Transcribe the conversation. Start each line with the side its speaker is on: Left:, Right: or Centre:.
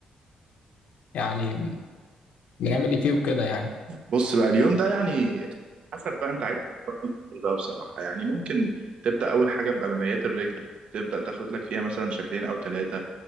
Left: يعني بنعمل إيه فيه وكده يعني
Right: بص بقى اليوم ده يعني حسب بقى انت عايز ايه بقى بصراحة يعني ممكن تبدأ أول حاجة بأماميات الرجل تبدأ تاخد لك فيها مثلا شكلين أو ثلاثة